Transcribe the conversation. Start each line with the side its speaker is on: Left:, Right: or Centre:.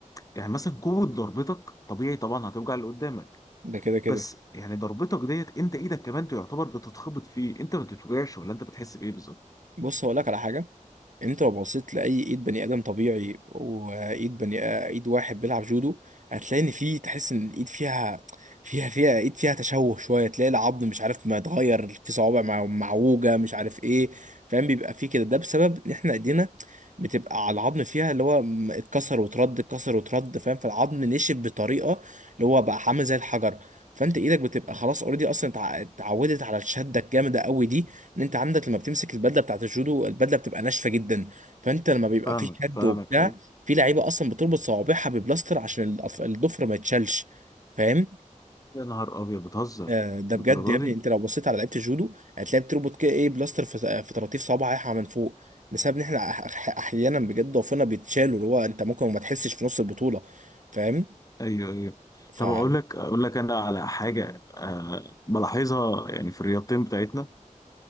Left: يعني مثلا قوة ضربتك طبيعي طبعا هتوجع اللي قدامك
Right: ده كده كده
Left: بس يعني ضربتك ديت انت ايدك كمان تعتبر بتتخبط فيه انت ما بتتوجعش ولا انت بتحس بايه بالظبط
Right: بص هقول لك على حاجه انت لو بصيت لاي ايد بني ادم طبيعي وايد بني ايد واحد بيلعب جودو هتلاقي ان في تحس ان الايد فيها فيها فيها ايد فيها تشوه شويه تلاقي العظم مش عارف ما اتغير في صوابع مع- معوجه مش عارف ايه فاهم بيبقى في كده ده بسبب ان احنا ايدينا بتبقى على العظم فيها اللي هو م- اتكسر وترد اتكسر وترد فاهم فالعظم نشف بطريقه اللي هو بقى عامل زي الحجر فانت ايدك بتبقى خلاص اوريدي اصلا اتع- اتعودت على الشده الجامده قوي دي ان انت عندك لما بتمسك البدله بتاعت الجودو البدله بتبقى ناشفه جدا فانت لما بيبقى
Left: فاهمك
Right: في شد
Left: فاهمك
Right: وبتاع
Left: ايه
Right: في لعيبه اصلا بتربط صوابعها ببلاستر عشان الأف- الضفر ما يتشالش فاهم
Left: يا نهار ابيض بتهزر
Right: آه ده
Left: للدرجه
Right: بجد يا ابني
Left: دي
Right: انت لو بصيت على لعيبه الجودو هتلاقي بتربط كده ايه بلاستر في في طراطيف صوابعها من فوق بسبب ان احنا أح- أح- احيانا بجد ضعفنا بيتشالوا اللي هو انت ممكن ما تحسش في نص البطوله فاهم
Left: ايوه ايوه
Right: فقول
Left: طب اقول لك اقول لك انا على حاجه أه بلاحظها يعني في الرياضتين بتاعتنا